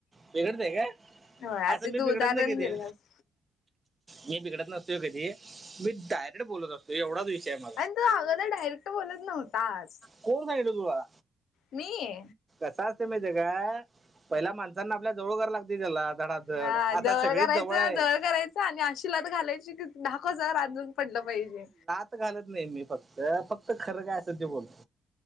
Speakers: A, on the right; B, on the left.
A: बिघडतंय का
B: हो आतां
A: असं मी
B: तूं
A: बिघडत
B: उदाहरणं
A: नाही कधी
B: दिलंस.
A: मी बिघडतं नसतोय कधी मी डायरेक्ट बोलतं असतो. एवढाचं विषय माझां
B: तो गो अगो दरं डायरेक्टं बोलतं नव्हताचं
A: कोणं सांगीत तुलां
B: मी हे
A: कंस असतें माहितं आहे कां पहिल्यां माणसांना आपल्यां जवळं करावं लागतं. कुठं चाललायं जरां जळं
B: हा
A: आतां
B: जवळ
A: सगळीचं
B: करायचं
A: जवंळ आहे.
B: जवळ करायचं आणि अशिलांत घालांयची की दहाकजांर अजूंन पडलां पाहिजे.
A: घालतं नाहीं मी फक्तं फक्तं खरं कायं असेलं ते बोलतो.